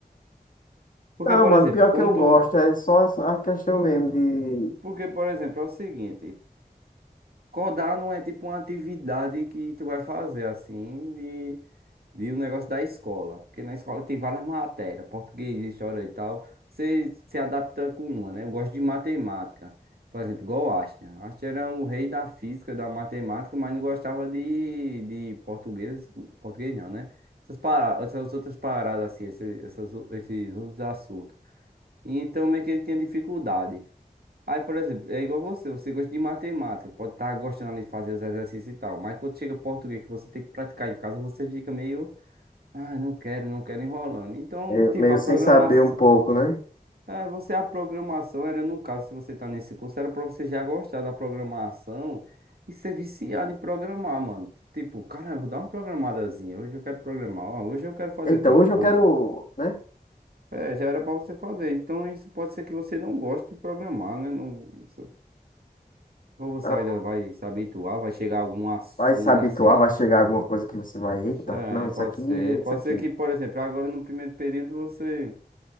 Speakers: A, on the right (about 75°); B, on the left (about 55°).
A: Porque,
B: Não,
A: por
B: mano,
A: exemplo,
B: pior
A: como
B: que eu gosto,
A: tu...
B: é só essa- a questão mesmo de
A: Porque, por exemplo, é o seguinte, codar não é tipo uma atividade que tu vai fazer, assim, E o negócio da escola. Porque na escola tem várias matérias, português, história e tal. Você se adapta com uma, né? Eu gosto de matemática. Por exemplo, igual o Einstein. O Einstein era o rei da física, da matemática, mas não gostava de, de português. Português não, né? Essas paradas, essas outras paradas assim, esses essas, o- esses outros assuntos. E Então meio que ele tinha dificuldade. Aí, por exemplo, é igual você, você gosta de matemática, pode estar gostando ali de fazer os exercícios e tal, mas quando chega português que você tem que praticar em casa, você fica meio ah, não quero, não quero enrolando. Então,
B: meio,
A: tipo,
B: meio
A: a
B: sem
A: programação.
B: saber um pouco, né?
A: É, você, a programação era, no caso, se você tá nesse curso, era pra você já gostar da programação e ser viciado em programar, mano. Tipo, cara, vou dar uma programadazinha. Hoje eu quero programar, ó, hoje eu quero fazer
B: Então,
A: tal
B: hoje
A: coisa.
B: eu quero, né?
A: É, já era pra você fazer. Então, isso pode ser que você não goste de programar, né? Não, isso- ou você
B: Ah,
A: ainda vai se habituar, vai chegar a algum assunto
B: Vai se habituar,
A: assim.
B: vai chegar alguma coisa que você vai, eita,
A: Isso É,
B: não, isso
A: pode
B: aqui
A: ser.
B: é isso
A: Pode
B: aqui.
A: ser que, por exemplo, agora no primeiro período você.